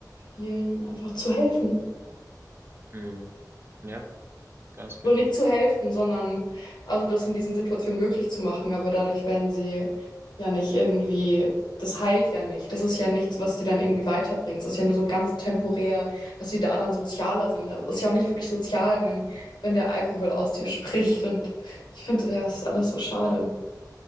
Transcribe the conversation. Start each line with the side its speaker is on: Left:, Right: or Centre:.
Left: vielen einfach zu helfen.
Right: Mm, ja, ganz genau.
Left: so nicht zu helfen, sondern also das in diesen Situationen möglich zu machen, aber dadurch werden sie ja nicht irgendwie, das heilt ja nicht. Das ist ja nichts, was die dann irgendwie weiterbringt. Es ist ja nur so ganz temporär, dass sie da dann sozialer sind. Aber es ist ja auch nicht wirklich sozial, wenn, wenn der Alkohol aus dir <laughs> spricht. Und ich finde, ja, es ist alles so schade.